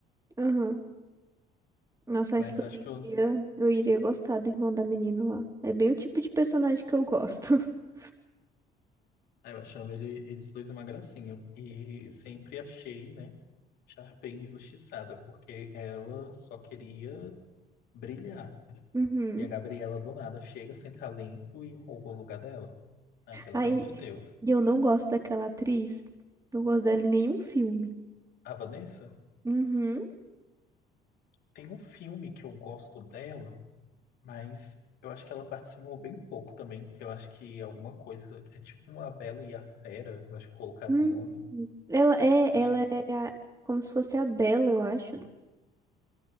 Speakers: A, on the right; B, on the left.
A: aham. Nossa,
B: Mas
A: acho que eu
B: eu acho que os
A: iria, eu iria gostar do irmão da menina lá. É bem o tipo de personagem que eu gosto. <laughs>
B: Ah, Eu achava ele- eles dois uma gracinha. E sempre achei, né, Sharpay injustiçada, porque ela só queria brilhar.
A: Uhum.
B: E a Gabriela, do nada, chega sem talento e rouba o lugar dela. Ah, pelo
A: Aí,
B: amor de Deus.
A: e eu não gosto daquela atriz. Não gosto dela em nenhum filme.
B: A Vanessa
A: Uhum.
B: tem um filme que eu gosto dela, mas eu acho que ela participou bem pouco também. Eu acho que alguma coisa. É tipo uma Bela e a Fera, eu acho que colocaram
A: Hum.
B: o nome.
A: Ela é, ela
B: E
A: é a- como se fosse a Bela, eu acho.